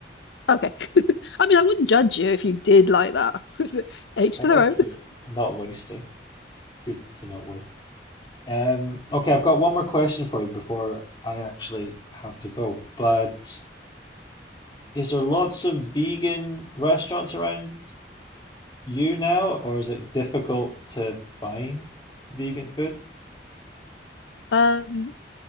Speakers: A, on the left (about 85°); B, on the left (about 25°).
A: okay. <laughs> I mean, I wouldn't judge you if you did like that. <laughs> Each
B: I
A: to
B: guess
A: their own.
B: what you're not wasting. Good to not waste. Um, okay, I've got one more question for you before I actually have to go. But is there lots of vegan restaurants around you now, or is it difficult to find vegan food?
A: Um,